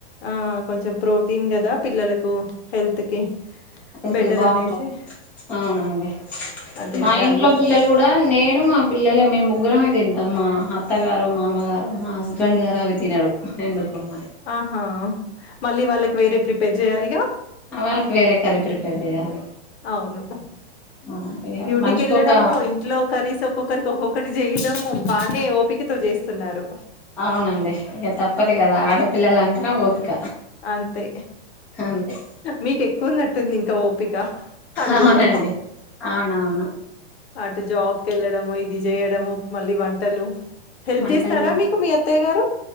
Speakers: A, on the left; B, in the centre.
A: ఆ కొంచెం ప్రోటీన్ కదా పిల్లలకు హెల్త్ కి
B: అయితే
A: బెటర్
B: బాగుంటది
A: అనేసి
B: అవునండి
A: అదే
B: మా
A: అదే
B: ఇంట్లో
A: అల్వా
B: పిల్లలు కూడా నేను మా పిల్లలే మీ ముగ్గురం అద ఏండి త మా అత్తగారు మా అమగారు మా హస్బెండ్ గారు అవి తినరు ఎందుకో మరి
A: ఆహా మళ్ళీ వాళ్ళకి వేరే ప్రిపేర్ చేయాలిగా
B: వాళ్ళకి వేరే కర ప్రిపేర్ చేయాలి
A: అవును
B: ఆ ఇగ
A: డ్యూటీకి
B: మనిషికొక
A: వెళ్ళడము ఇంట్లో కరీస్ ఒక్కొక్కరికి ఒక్కొక్కటి చేయడం బానే ఓపికతో చేస్తున్నారు
B: అవునండి ఇంక తప్పదు కదా ఆడపిల్లలంటనే ఓపిక
A: అంతే
B: అంతే
A: మీకు ఎక్కువన్నట్టుంది ఇంకా ఓ పిక అందులో
B: అవునండి అవునవును
A: అటు జాబ్ క వెళ్లడము ఇది చేయడము మళ్ళీ వంటలు హెల్ప్
B: వంటలు
A: జేస్తారా మీకు మీ అత్తయ్య గారు?